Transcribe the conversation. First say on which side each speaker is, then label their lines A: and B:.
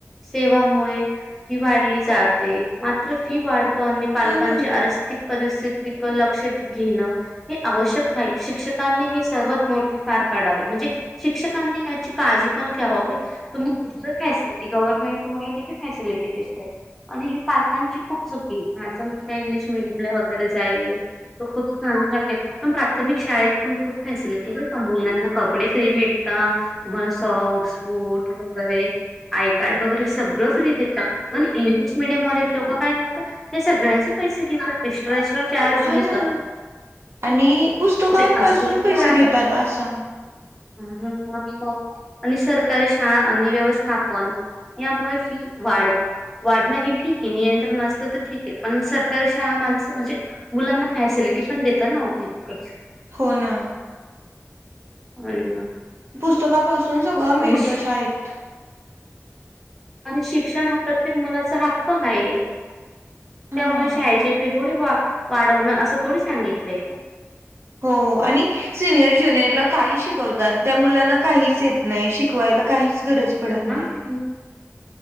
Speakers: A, in the centre; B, on the right.
A: सेवामुळे फी वाढली जाते मात्र फी वाढ नी पालकांची
B: हा ना
A: आरर्स्थिक परिस्थिती लक्षात घेणं. हे आवश्यक आहे शिक्षकांनी हे सर्वात मोठे पार पाडावे म्हणजे शिक्षकांनी याची काळजी पण घ्यावावी. तुम्ही <unintelligible> गव्हर्नमेंट तुम्हाला किती फॅसिलिटी देतय. आणि हे पालकांची खूप चुकी हे माझं मुलगा इंग्लिश मिडयम ला वगैरे जाईल. तो खूप छान पण प्राथमिक शाळेत पण खूप फॅसिलिटी बर का मुलांना कपडे फ्री भेटता. तुम्हाला सॉक्स, बुट वगैरे आय कार्ड वगैरे सगळं फ्री देतात. पण इंग्लिश मिडियम मधील लोक काय करतात ते सगळ्यांचे पैसे घेतात एस्ट्रा एट्रा चार्ज
B: हो
A: घेतात
B: ना आणि पुस्तकांपासून
A: म्हणजे असं कुठं
B: पैसे
A: राहतं
B: घेतात
A: का
B: आस
A: हम्म हम्म आणि मग आणि सरकारी शाळा आणि व्यवस्थापन यामुळे फी वाढ वाढण हे ठीक हे नियंत्रण असलं तर ठीक हे पण सरकारी शाळा माणसं म्हणजे मुलांना फॅसिलिटी पण देतात नव हो तीतकंच.
B: होना
A: आणि मग
B: पुस्तकापासून सगळं मिळतं
A: आणि
B: शाळेत.
A: आणि शिक्षण हा प्रत्येक मुलाचा हक्क हाय.
B: हा
A: त्यामुळे
B: ना
A: शाळेची फी थोडी वा वाढवणं असं थोडी सांगितलंय की
B: हो आणि सिनियर ज्युनियरला काही शिकवतात त्या मुलांना काहीच येत नाही शिकवायला काहीच गरज पडत
A: <unintelligible>
B: नाही